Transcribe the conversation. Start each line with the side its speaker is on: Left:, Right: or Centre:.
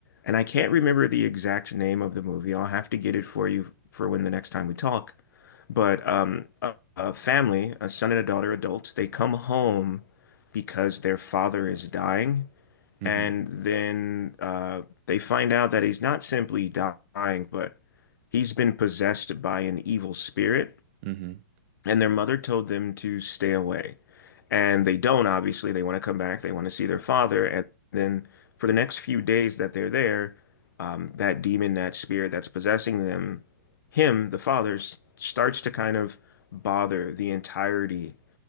Left: and I can't remember the exact name of the movie. I'll have to get it for you for when the next time we talk. But um, a, a family, a son and a daughter, adults, they come home because their father is dying.
Right: hmm
Left: And then uh, they find out that he's not simply dying, but he's been possessed by an evil spirit.
Right: hmm <laughs>
Left: And their mother told them to stay away. And they don't, obviously. They want to come back. They want to see their father. And then for the next few days that they're there, um, that demon, that spirit that's possessing them, him, the father, s- starts to kind of bother the entirety